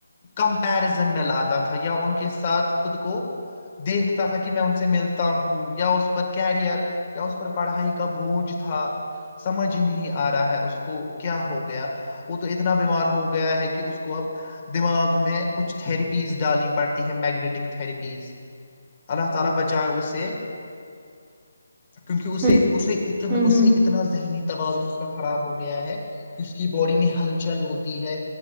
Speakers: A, on the left (about 25°); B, on the right (about 15°).
A: کمپیرزن میں لاتے یا ان کے ساتھ خود کو دیکھتا تھا کہ میں ان سے ملتا ہوں یا اس پر کیریئر یا اس پر پڑھائی کا بوجھ تھا سمجھ ہی نہیں آ رہا ہے اس کو کیا ہو گیا وہ تو اتنا بیمار ہو گیا ہے کہ اس کو اب دماغ میں کچھریپ <unintelligible> اس ڈالی بڑھتی ہے میگنیٹک تھیراپیز اللہ تعالی بچا ہے اسے کیونکہ اسے
B: ہیں
A: اسے اتنا
B: ہوں
A: اسے
B: ہوں
A: اتنا ذہنی توازن اس کا خراب ہو گیا ہے کہ اس کی باڈی میں ہلچل ہوتی ہے